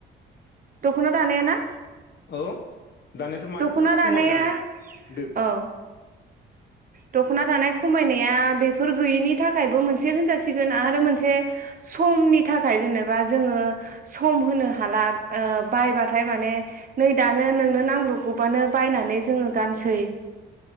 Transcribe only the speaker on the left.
औ दानियाथ' मानि
थाखाय खमाय
लां दो?